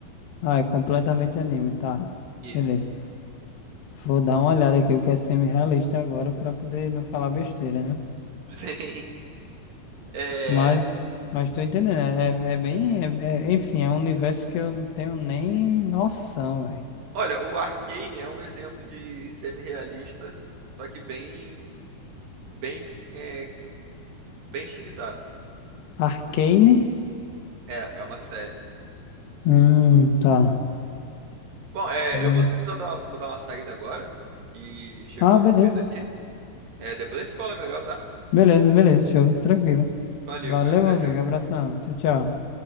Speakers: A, on the left; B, on the right.
A: Ah, é completamente anime, tá.
B: Isso.
A: Beleza. Vou dar uma olhada aqui o que é semi-realista agora pra poder não falar besteira, né?
B: <laughs> Sim. É,
A: Mas, mas tô entendendo. É, é é bem. é- é- enfim, é um universo que eu não tenho nem noção, velho.
B: olha, o Arcane é um exemplo de semi-realista, só que bem bem, é, bem estilizado.
A: Arcane?
B: É, é uma série.
A: Hum, tá.
B: Bom, é,
A: Não.
B: eu vou precisar dar uma, vou dar uma saída agora, que chegou
A: Ah,
B: uma
A: beleza.
B: encomenda aqui. É, depois a gente se fala melhor, tá?
A: Beleza, beleza, show. Tranquilo.
B: Valeu,
A: Valeu,
B: cara. Até
A: meu amigo.
B: já.
A: Abração. Tchau, tchau.